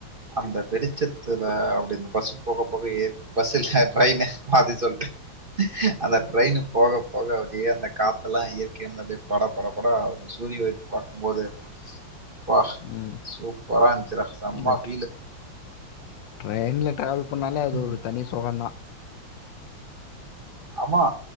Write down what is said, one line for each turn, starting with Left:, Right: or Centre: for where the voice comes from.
Right: அந்த வெளிச்சத்துல அப்டியே அந்த பஸ்ஸு போக போக ஏர் பஸ்ஸுல்ல ட்ரெயின்னு மாத்தி சொல்ட்ட அந்த ட்ரெயின்னு போக போக அப்டியே அந்த காத்தெல்லா இரு கேருந்து அப்டியே பட பட பட சூரிய வெளிச்ச பாக்குபோது ப்பா
Left: ம்
Right: சூப்பரா இருந்துச்சு டா செம்மா
Left: இந்த
Right: ஃபீலு
Left: ட்ரெயின்ல ட்ராவல் பண்ணாலே அது
Right: ம்.
Left: ஒரு தனி சுகந்தா
Right: ஆமா